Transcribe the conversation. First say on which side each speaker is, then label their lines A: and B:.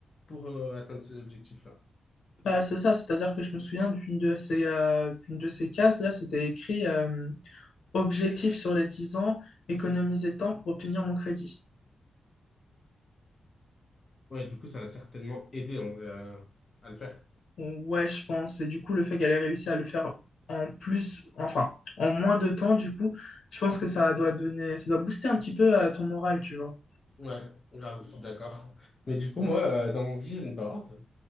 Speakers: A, on the left; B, on the left.
A: pour euh, atteindre ces objectifs-là.
B: Bah, c'est ça, c'est-à-dire que je me souviens d'une de ces, euh, d'une de ces cases-là, c'était écrit euh, objectif sur les 10 ans, économiser temps pour obtenir mon crédit.
A: Ouais, du coup, ça va certainement aider en vrai, à à le faire.
B: Ouais, je pense. Et du coup, le fait qu'elle ait réussi à le faire en plus, enfin, en moins de temps, du coup, je pense que ça doit donner, ça doit booster un petit peu euh, ton moral, tu vois.
A: Ouais, grave, je suis d'accord. Mais du coup, moi, euh, dans mon vision board,